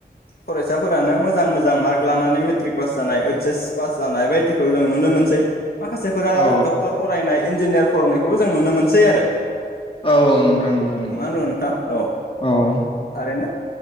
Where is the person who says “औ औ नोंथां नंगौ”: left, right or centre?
Left